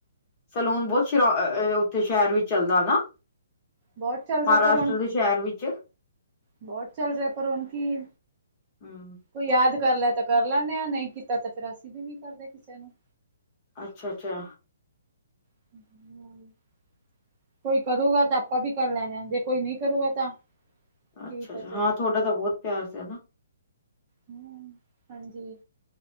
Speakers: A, on the left; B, on the right.
A: ਸਲੂਨ ਬਹੁਤ ਸ਼, ਉੱਥੇ ਸ਼ਹਿਰ ਵਿੱਚ ਚੱਲਦਾ ਹਨਾ।
B: ਬਹੁਤ ਚੱਲਦਾ
A: ਮਹਾਰਾਸ਼ਟਰ
B: ਪਰ ਹੁਣ
A: ਦੇ ਸ਼ਹਿਰ ਵਿੱਚ।
B: ਬਹੁਤ ਚੱਲ ਰਿਹਾ, ਪਰ ਹੁਣ ਕੀ
A: ਹੂੰ
B: ਕੋਈ ਯਾਦ ਕਰਲੈ, ਤਾਂ ਕਰ ਲੈਂਨੇ ਆ, ਨਹੀਂ ਕੀਤਾ ਤਾਂ ਫੇਰ ਅਸੀਂ ਵੀ ਨਹੀਂ ਕਰਦੇ ਕਿਸੇ ਨੂੰ।
A: ਅੱਛਾ-ਅੱਛਾ।
B: <inaudible> ਕੋਈ ਕਰੂਗਾ ਤਾਂ ਆਪਾਂ ਵੀ ਕਰ ਲੈਣੇ ਆ, ਜੇ ਕੋਈ ਨਹੀਂ ਕਰੂਗਾ ਤਾਂ
A: ਅੱਛਾ-ਅੱਛਾ
B: ਠੀਕ ਆ ਚਲੋ
A: ਹਾਂ, ਤੁਹਾਡਾ ਤਾਂ ਬਹੁਤ ਪਿਆਰ ਸੀ, ਹਨਾ।
B: ਹੂੰ, ਹਾਂਜੀ।